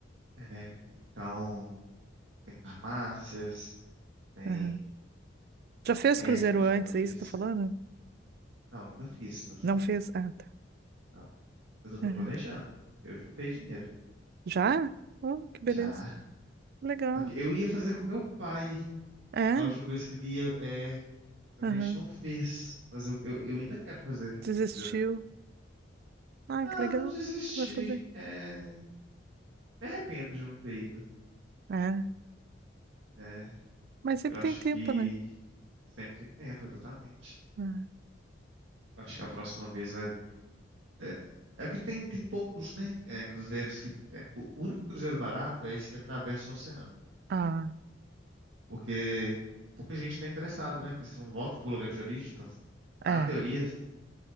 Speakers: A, on the right (about 80°); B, on the right (about 55°).
A: é, então, tem farmácias, tem
B: Aham. Já fez
A: médicos,
B: cruzeiro antes,
A: como eu disse.
B: é isso que tá falando?
A: Não, nunca fiz, esse é meu sonho.
B: Não fez? Ah, tá.
A: Não. Mas eu tô
B: Aham.
A: planejando. Eu juntei dinheiro.
B: Já? Oh, que beleza.
A: Já.
B: Legal.
A: Só que eu ia fazer com meu pai
B: É?
A: da última vez que ele ia. É, só
B: Aham.
A: que a gente não fez. Mas eu, eu, eu ainda quero fazer,
B: Desistiu.
A: fazer com ele.
B: Ah,
A: Ah,
B: que legal.
A: não desisti.
B: Tu vai fazer.
A: É, Me arrependo de não ter ido.
B: É.
A: É,
B: Mas sempre
A: eu acho
B: tem tempo,
A: que
B: né?
A: sempre tem tempo, exatamente.
B: Hum.
A: Eu acho que a próxima vez vai. É, é porque tem, tem poucos, né? é, cruzeiros que. é, o único cruzeiro barato é esse que atravessa o oceano.
B: Ah,
A: Porque pouca gente tá interessado, né? Porque você não volta pro lugar de origem, então,
B: é.
A: na teoria, você